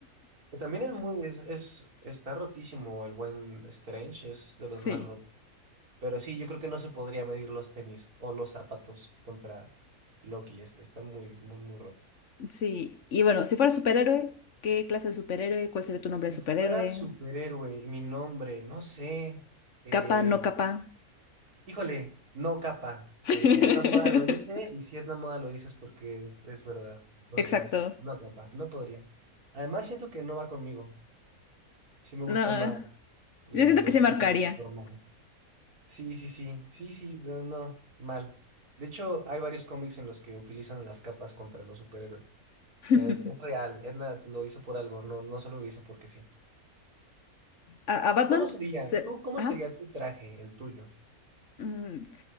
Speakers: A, on the right (about 85°); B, on the left (about 55°).
A: Que También es muy, es, es- está rotísimo el buen Strange, es de
B: Sí.
A: los más rotos. Pero sí, yo creo que no se podría medir los tenis o los zapatos contra Loki, es- está muy, muy, muy roto.
B: Sí, y bueno, si fuera superhéroe, ¿qué clase de superhéroe? ¿Cuál sería tu nombre
A: Si
B: de superhéroe?
A: fuera superhéroe y mi nombre, no sé, eh,
B: ¿Capa, no capa?
A: híjole, no capa.
B: <laughs>
A: Eh, Edna Moda lo dice y si Edna Moda lo dice es porque es, es verdad. Entonces,
B: Exacto.
A: no capa, no podría. Además, siento que no va conmigo. Sí me
B: No,
A: gustan más de
B: yo siento
A: los
B: que se marcaría.
A: trajes normales. Sí, sí, sí, sí, sí, no, no, mal. De hecho, hay varios cómics en los que utilizan las capas contra los superhéroes.
B: <laughs>
A: O sea, es, es real, Edna lo hizo por algo, no, no solo lo hizo porque sí.
B: A, a Batman
A: ¿Cómo sería?
B: se...
A: ¿Tú, cómo
B: Ajá.
A: sería tu traje, el tuyo?
B: Mm,